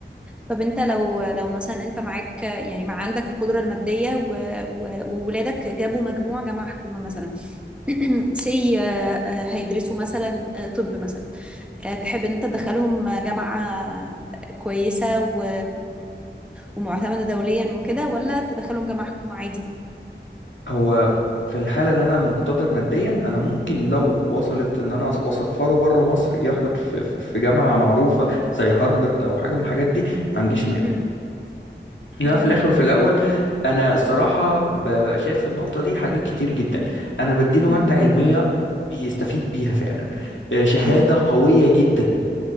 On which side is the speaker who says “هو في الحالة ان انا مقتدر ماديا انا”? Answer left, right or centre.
Left